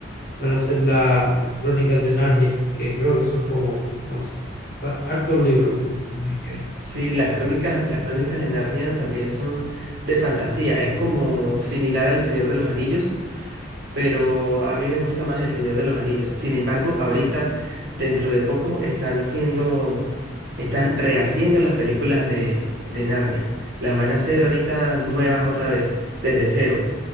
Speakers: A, on the left; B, on the right.
A: van a ser la- las crónicas de Narnia, que creo que son como, no sé, va- hartos libros, de lo que me dijeron.
B: Sí, las crónicas, las crónicas de Narnia también son de fantasía. Es como similar al Señor de los Anillos, pero a mí me gusta más el Señor de los Anillos. Sin embargo, ahorita, dentro de poco, están haciendo, están rehaciendo las películas de, de Narnia. Las van a hacer ahorita nuevas otra vez, desde cero.